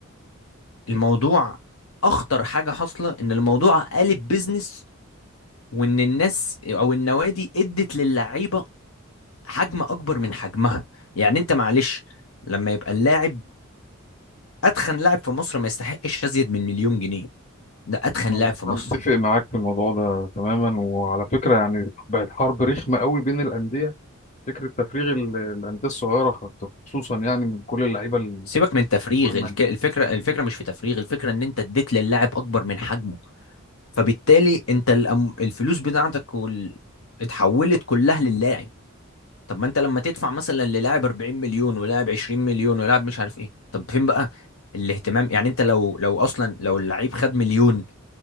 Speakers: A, on the left (about 75°); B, on the left (about 35°).
A: الموضوع اخطر حاجة حاصلة ان الموضوع قالب بيزنس وان الناس او النوادي ادت للعيبة حجم اكبر من حجمها يعني انت معلش لما يبقى اللاعب اتخن لاعب في مصر ما يستحقش ازيد من مليون جنيه ده اتخن
B: انا
A: لاعب في مصر
B: متفق معاك في الموضوع ده تماما وعلى فكره يعني بقت حرب رخمه قوي بين الانديه فكره تفريغ ال- الانديه الصغيره خط- خصوصا يعني من كل اللعيبه
A: سيبك من تفريغ
B: المهمه
A: الك- الفكره الفكره مش في تفريغ الفكره ان انت اديت للاعب اكبر من حجمه فبالتالي انت الأم... الفلوس بتاعتك وال... اتحولت كلها للاعب طب ما انت لما تدفع مثلا للاعب 40 مليون ولاعب 20 مليون ولاعب مش عارف ايه طب فين بقى الاهتمام يعني انت لو لو اصلا لو اللعيب خد مليون